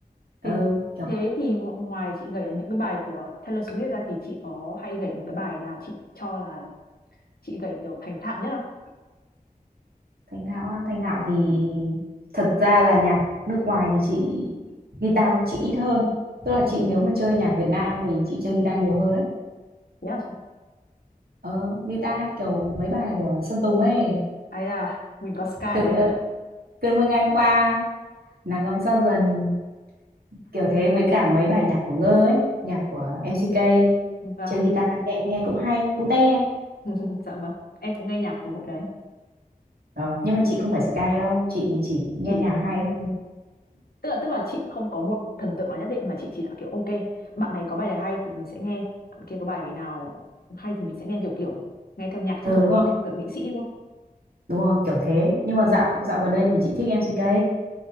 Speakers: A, on the right (about 85°); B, on the left (about 80°).
A: ừ,
B: thế
A: kiểu
B: thế thì ngo- ngoài chị gảy là những cái bài của Taylor Swift ra thì chị có hay gảy một cái bài nào chị cho là chị gảy kiểu thành thạo nhất không?
A: Thanh thạo á. Thanh thạo thì thật ra là nhạc nước ngoài thì chị guitar chị ít hơn tức là chị nếu mà chơi nhạc Việt Nam thì chị chơi guitar nhiều hơn á.
B: thế Yeah,
A: ờ guitar kiểu mấy bài của Sơn Tùng ấy
B: ấy à mình có Sky ở
A: cơn
B: đây
A: mưa
B: à
A: cơn mưa ngang qua nắng ấm xa dần kiểu thế với cả mấy bài nhạc của Ngơ ấy nhạc của MCK
B: vâng
A: chơi guitar nhẹ nghe cũng hay cute
B: <laughs> dạ vâng em cũng nghe nhạc của hội đấy
A: ờ, nhưng mà chị không phải Sky đâu chị chỉ nghe
B: chỉ
A: nhạc hay thôi
B: tức là tức là chị không có một thần tượng nào nhất định mà chị chỉ là kiểu ok bạn này có bài này hay thì mình sẽ nghe bạn kia có bài nào hay thì mình sẽ nghe kiểu kiểu nghe theo nhạc chắc
A: ừ
B: là
A: đúng rồi
B: nghe theo kiểu nghệ sĩ đúng không
A: đúng rồi kiểu thế nhưng mà dạo dạo gần đây thì chị thích MCK